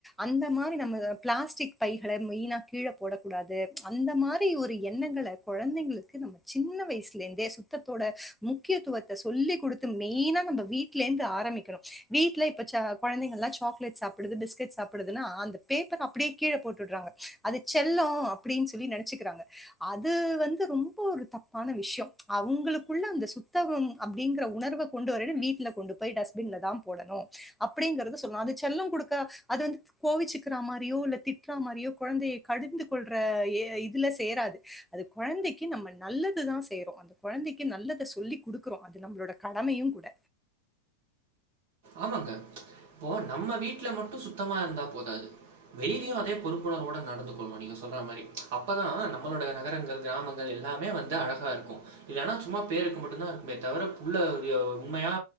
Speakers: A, in the centre; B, on the right.
A: அந்த மாதிரி நம்ம பிளாஸ்டிக் பைகளை மெயினா கீழ போடக்கூடாது அந்த மாதிரி ஒரு எண்ணங்கள கொழந்தைங்களுக்கு நம்ம சின்ன வயசுல இருந்தே சுத்தோட முக்கியத்துவத்தை சொல்லிக் குடுத்து மெய்னா நம்ம வீடல இருந்து ஆரம்பிக்கணு வீட்டுல இப்ப ச கொழந்தைகலாம் சாக்லேட் சாப்பிடுது பிஸ்கட் சாப்பிடுதுனா அந்த பேப்பர் அப்டியே கீழே போட்டுற்றாங்க அது செல்லோ அப்டின்னு சொல்லி நெனைச்சுக்கிறாங்க அத் அது வந்து ரொம்ப ஒரு தப்பான விஷியோ அவங்களுக்குள்ள அந்த சுத்தகம் அப்டிங்கிற உணர்வ கொண்டு வரணு வீட்டுல கொண்டு போய் டஸ்ட்பின்ல தா போடணு அப்டிங்கறத சொல்லு அது செல்லம் குடுக்க அது வந்து கோவிச்சுக்கிற மாரியோ இல்ல திட்டுற மாரியோ கொழந்தைய கடிந்து கொள்ற எ இதுல சேராது அது கொழந்தைக்கு நம்ம நல்லதுதா செய்றோ அந்த கொழந்தைக்கு நல்லதை சொல்லி குடுக்குறோ அது நம்மளோட கடமையு கூட
B: ஆமாங்க இப்போ நம்ம வீட்டுல மட்டு சுத்தமா இருந்தா போதாது வெளிலயு அதே பொறுப்புணர்வோட நடந்து கொள்ளணு நீங்க சொல்ற மாரி அப்பதா நம்மளோட நகரங்கள் கிராமங்கள் எல்லாமே வந்து அழகா இருக்கு இல்லலைன்னா சும்மா பேருக்கு மட்டுதா இருக்குமே தவிர உள்ள அ உண்மையா